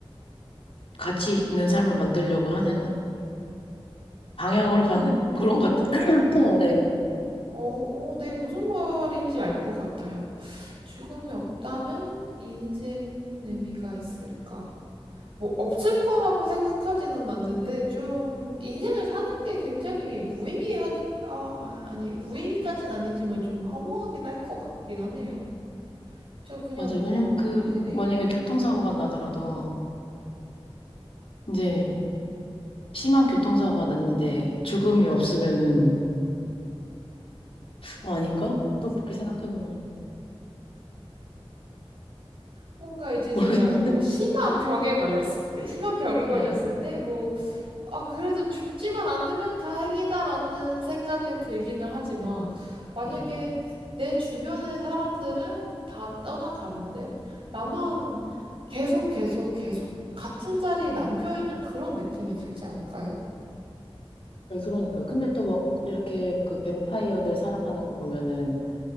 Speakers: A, on the left; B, on the right.
A: 가치 있는 삶을 만들려고 하는 방향으로 가는
B: 음,
A: <laughs> 그런 것 같아요. <clears throat> 네.
B: 어, 어, 네, 무슨 말인지 알 것 같아요. 죽음이 없다면 인생 의미가 있을까? 뭐 없을 거라고 생각하지는 않는데 좀 인생을 사는 게 굉장히 무의미하기 아 아니 무의미까진 아니지만 좀 허무하긴 할 것 같긴 하네요. 전 그냥
A: 맞아요.
B: 뭐
A: 왜냐면 그,
B: 네네
A: 만약에 교통사고가 나더라도, 이제 심한 교통사고가 났는데 죽음이 없으면은 어, 아닌가? 또 그렇게 생각해보면
B: 뭔가 이제 제가
A: 모르겠네.
B: 뭐 심한
A: <laughs>
B: 병에 걸렸을 때 심한 병에
A: 네.
B: 걸렸을 때뭐 아, 그래도 죽지만 않으면 다행이다라는 생각은 들기는 하지만, 만약에
A: 네.
B: 내 주변의 사람들은 다 떠나가는데, 나만 계속 계속 계속 같은 자리에 남겨있는 그런 느낌이 들지 않을까요?
A: 네, 그러니까요. 근데 또 뭐 이렇게 그 뱀파이어들 살아가는 거 보면은